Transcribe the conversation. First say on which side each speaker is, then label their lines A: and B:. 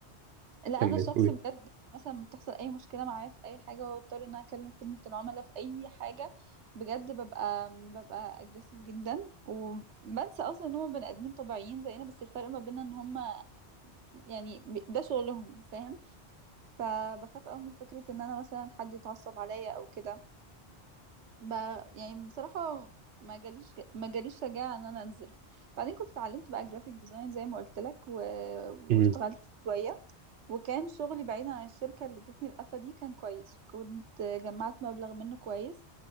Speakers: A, on the right; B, on the right.
A: لا
B: كمل
A: انا شخص
B: قولي
A: بجد مثلا بتحصل اي مشكله معايا في اي حاجه واضطر ان انا اكلم خدمه العملاء في اي حاجه بجد ببقى ببقى اجريسيف جدا وبنسى اصلا ان هم بني ادمين طبيعيين زينا بس الفرق ما بيننا ان هم يعني ب- ده شغلهم فاهم فبخاف قوي من فكره ان انا مثلا حد يتعصب عليا او كده ب... يعني بصراحة ما جاليش ما جاليش شجاعة ان انا انزل بعدين كنت اتعلمت بقى جرافيك ديزاين زي ما قلت لك و... واشتغلت
B: مهم.
A: شوية وكان شغلي بعيدا عن الشركة اللي ادتني القفة دي كان كويس وكنت جمعت مبلغ منه كويس